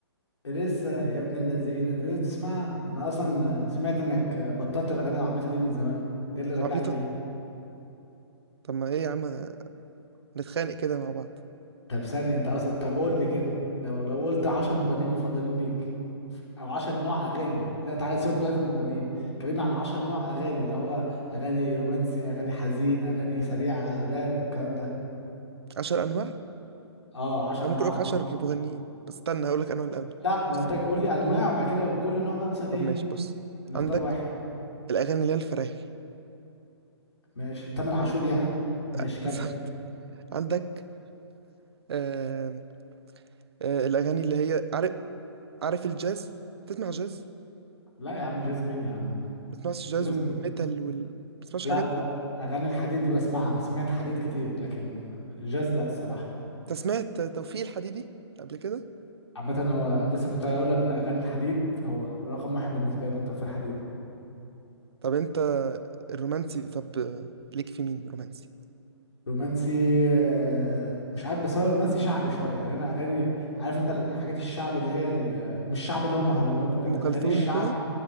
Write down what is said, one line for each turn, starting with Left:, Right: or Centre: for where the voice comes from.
Left: لسه يا ابن الذين انت لسه بتسمعها انا اصلا سمعت انك بطلت الاغاني العبيطه دي من زمان ايه اللي رجعك
Right: عبيطه
Left: ليه
Right: طب ما ايه يا عم نتخانق كده مع بعض
Left: طب ثانيه انت اصلا طب قول لي كده لو لو قلت 10 مغنيين مفضلين ليك او 10 نوع اغاني لا تعالى سيبك دلوقتي من المغنيين كلمني عن 10 نوع اغاني اللي هو اغاني رومانسي اغاني حزين اغاني سريعه راب والكلام ده
Right: عشر انواع انا
Left: اه 10
Right: ممكن
Left: انواع
Right: اقولك
Left: على طول
Right: عشر مغنيين بس استنى هقولك انواع الاول
Left: لا ما
Right: بص
Left: قلت لك قول لي انواع وبعد كده كل نوع مثلا
Right: طب
Left: ايه
Right: ماشي بص
Left: هنختار
Right: عندك
Left: واحد
Right: الاغاني اللي هي الفرايحي
Left: ماشي تامر عاشور يعني ماشي
Right: <laughs>
Left: كمل
Right: بالظبط عندك آه آه الاغاني اللي هي عارف عارف الجاز تسمع جاز
Left: لا يا عم جازمين يا عم
Right: ما تسمعش جاز
Left: جازمين
Right: والميتال وال... ما تسمعش
Left: لا
Right: الحاجات
Left: بقى
Right: دي
Left: اغاني الحديد دي بسمعها بسمعت حديد كتير لكن جاز لا الصراحه
Right: انت سمعت توفيق الحديدي قبل كده
Left: عامه هو لسه كنت هقول لك من اغاني الحديد هو رقم واحد بالنسبه لي توفيق الحديد
Right: طب انت الرومانسي طب ليك في مين رومانسي
Left: رومانسي آه، مش عارف بس هو رومانسي شعبي شويه يعني انا اغاني عارف انت الحاجات الشعب اللي هي ال- مش شعب اللي هو مهرجانات وكده
Right: ام
Left: اغاني
Right: كلثوم
Left: الشعب
Right: وكده